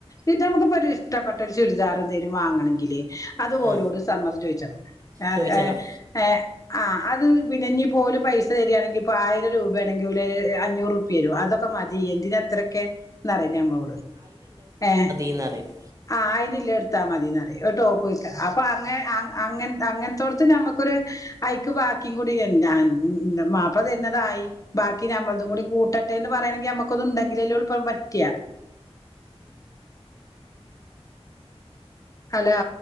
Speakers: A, on the left; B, on the right.
A: ഈ ടൈമൊക്കെ ഇപ്പൊ ഒരു ഇഷ്ടപ്പെട്ട ചുരിദാർ എന്തേലും വാങ്ങണങ്കില് അത്
B: ആ
A: ഓരോട് സമ്മതം ചോയിച്ചണം.
B: ചോദിച്ചണം
A: ഏഹ് ഏഹ്. ആഹ് അത് പിന്നെ ഇനിപ്പൊ ഓല് പൈസ തരാണെങ്കിൽ ഇപ്പോ ആയിരം രൂപയാണെങ്കിൽ ഓല് അഞ്ഞൂറുറ്പ്പ്യ തരും. അതൊക്കെ മതി ഇയ്യെന്തിനാ അത്രയൊക്കെ എന്നറയും ഞമ്മളോട്. ഏഹ്
B: ഇന്നറിയും.
A: ആഹ് അയിന്ള്ള എട്ത്താ മതീന്നറയും ഒരു ടോപ്പൊയിക്ക. അപ്പൊ അങ്ങനെ അങ്ങ അങ്ങനത്തോടത്ത് ഞമ്മക്കൊരു അയിക്ക് ബാക്കിയും കൂടി, എന്താ മാപ്പ്ള തരുന്നതു ആയി ബാക്കി ഞമ്മളതും കൂടി കൂട്ടട്ടെ എന്ന് പറയണെങ്കി നമുക്ക് ഒന്ന് ഇണ്ടെങ്കിലല്ലെള്ളു ഇപ്പഴും പറ്റ്വാ? ഹലോ?